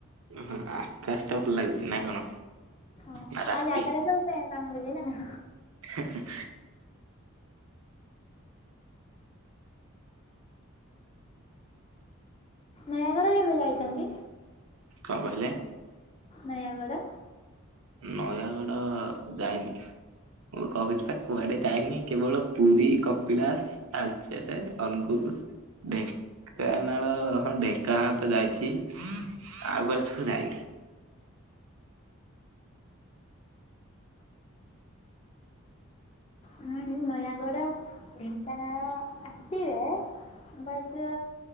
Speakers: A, on the right; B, on the left.
A: ଅହ ଆକାଶ ଟା ଭଲ ଲାଗୁଚି ନା କଣ?
B: ହଁ
A: ନା ରାତି?
B: ଆଉ ଜାଗାଟା ତ ସବୁ ପେଁ ପାଁ ହଉଚି ନା।
A: ହିଁ-ହିଁ।
B: ନୟାଗଡ କେବେ ଯାଇଚନ୍ତି?
A: କଣ କହିଲେ?
B: ନୟାଗଡ଼।
A: ନୟାଗଡ ଯାଇନି ମୁଁ କହୁଚି ପା କୁଆଡେ ଯାଇନି। କେବଳ ପୁରୀ କପିଳାସ ତାଳଚେରେ ଅନୁଗୁଳ୍ ଢେଙ୍କାନାଳ ହଁ ଢେ ତା ଅତେ ଯାଇଚି ଆଉ କୁଆଡେ ସବୁ ଯାଇନି।
B: ହୁଁ ନୟାଗଡ ଢେଙ୍କାନାଳ ଆସିବେ ବାଟ